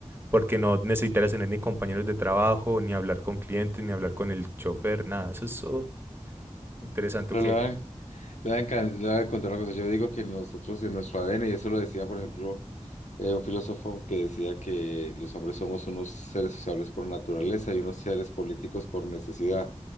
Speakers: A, on the right (about 20°); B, on the left (about 85°).
A: porque no necesitarías tener ni compañeros de trabajo, ni hablar con clientes, ni hablar con el chofer, nada. Eso es so interesante
B: Pero
A: que
B: le voy a, le voy a encan- le voy a contar una cosa. Yo digo que nosotros en nuestro ADN, y eso lo decía, por ejemplo, eh, un filósofo que decía que los hombres somos unos seres sociables por naturaleza y unos seres políticos por necesidad.